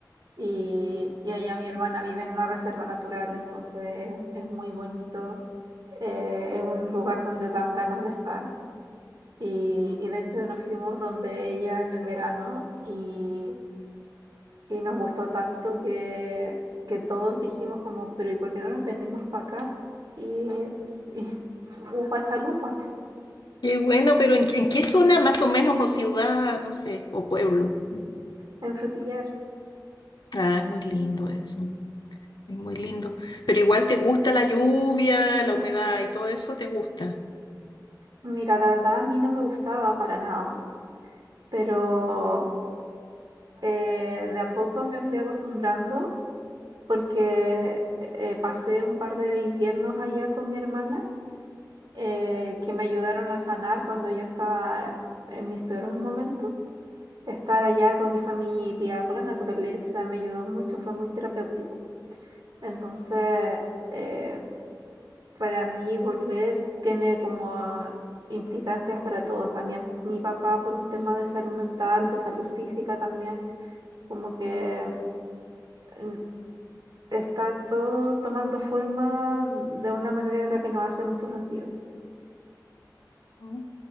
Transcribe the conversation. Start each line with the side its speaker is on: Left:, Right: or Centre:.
Right: Y, y allá mi hermana vive en una reserva natural, entonces es, es muy bonito. eh, es un lugar donde dan ganas de estar. Y, y de hecho nos fuimos donde ella en el verano y, y nos gustó tanto que, que todos dijimos como, pero ¿y por qué no nos venimos para acá? Y, y upa chalupa
Left: Qué bueno, pero ¿en, qué en qué zona más o menos, o ciudad, no sé, o pueblo? Mm.
Right: en Frutillar.
Left: Ah, es muy lindo eso. Es muy lindo. Pero igual te gusta la lluvia, la humedad y todo eso, te gusta.
Right: Mira, la verdad a mí no me gustaba para nada, pero eh, de a poco me fui acostumbrando porque eh, pasé un par de inviernos allá con mi hermana eh, que me ayudaron a sanar cuando yo estaba en mis peores momentos. Estar allá con mi familia, con la naturaleza, me ayudó mucho, fue muy terapéutico. Entonces, eh, para mí volver tiene como implicancias para todos. También mi papá por un tema de salud mental, de salud física también, como que mm, está todo tomando forma de una manera en la que no hace mucho sentido.
Left: Ujú.